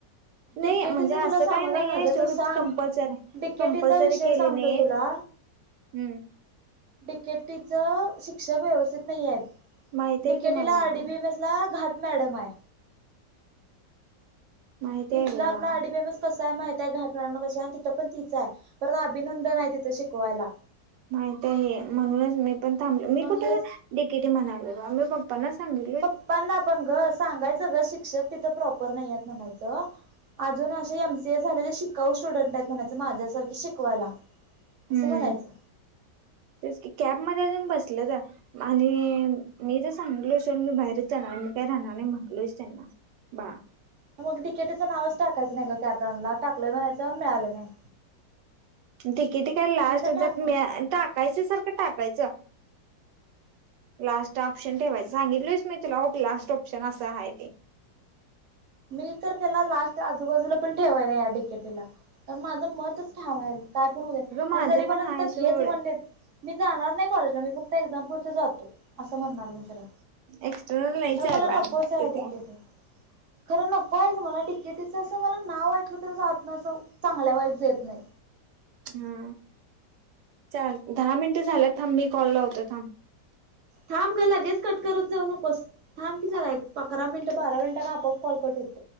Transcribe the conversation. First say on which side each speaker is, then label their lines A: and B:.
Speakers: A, on the right; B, on the right.
A: नाही
B: डिकेटीचं
A: म्हणजे असं
B: तुला सांगू
A: काही नाही
B: का नव्हतं
A: आहे सडूच
B: तू सांग
A: कंपल्सर
B: डिकेटीचा
A: कंपल्सरी
B: विषय
A: केली
B: सांगतो
A: नाही.
B: तुला
A: हम्म
B: डीके टीच शिक्षक व्यवस्थित नाही येत
A: माहित आहे
B: डिकेटी
A: की मला
B: ला आरडी बीएमएस ला घाट मॅडम आहे.
A: माहिती आहे
B: इथला
A: ग
B: आपला <unintelligible> कसंय माहित आहे घाट मळा कस आहे आणि तिथं पण तिचं आहे परत अभिनंदन आहे तिथं शिकवायला.
A: माहित आहे म्हणूनच मी पण थांबल
B: मग
A: मी कुठे
B: हेच
A: डिकेटी म्हणालो मी पप्पांना सांगितले
B: पप्पांना पण ग सांगायचं ग शिक्षक प्रॉपर नाही ये म्हणायचं. आजुन अशे ही आमचे झालेले शिक्ष काऊ स्टुडंट आहेत. म्हणायचं माझ्यासारखे शिकवायला.
A: हम्म
B: असं म्हणायचं.
A: तेच कि कॅब मध्ये अजून बसल तर आणि मी तर सांगितलो. मी बाहेरच जाणार मी काय राहणार नाही म्हटलोच त्यांना बा
B: मग डिकेटीचं नावच टाकायचं नाही का कॅपरानला टाकलंय म्हणायचं मिळालं नाही.
A: डिकेटी काय लास्टर
B: मी तर टाकणार.
A: मी टाकायच सारखं टाकायचं लास्ट ऑप्शन ठेवायचं सांगितलं मी तुला लास्ट ऑप्शन असं आहे ते.
B: मी तर त्याला लास्ट आजूबाजूला पण ठेवायन या डिकेटला कारण माझं मतच ठाम आहे. काय पण होऊ दे
A: अगं माझं
B: आणि जरी मला
A: पण हाय
B: तिथं
A: सोड
B: घेच म्हणले मी जाणार नाही कॉलेजला मी एक्झाम पुरत जातो असं म्हणणार मी सरळ.
A: एक्स्ट्रनल नाहीच
B: तर मला
A: आहे
B: नकोच
A: आग
B: आहे डिकेटी. खरं नको आहे तु मला डिकेटीचं असं मला नाव ऐकलं तर राहात ना असं चांगल्या वाईब येत नाही.
A: हा चार दहा मिनटं झाल्यात थांब मी कॉल लावते होत थांब
B: थांब ग लगेच कटकरत जाऊ नकोस थांब की झालाय एक अकरा मिनिट बारा मिनिटांना आपआप कॉल करट होतो.